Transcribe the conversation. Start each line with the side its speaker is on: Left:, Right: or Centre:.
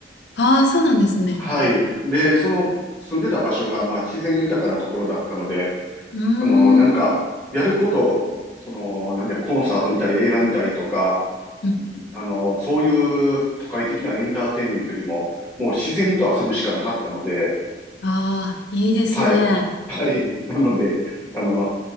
Left: ああ、そうなんですね。
Centre: はい。で、その、住んでた場所が、まあ、自然豊かなところだったので、
Left: うーん。
Centre: あの、なんか、やること、その、なんだよ、コンサート見たり、映画見たりとか、
Left: うん。
Centre: あの、そういう都会的なエンターテインメントよりも、もう自然と遊ぶしかなかったので、
Left: ああ、いいですね。
Centre: はい。はい。なので、あの、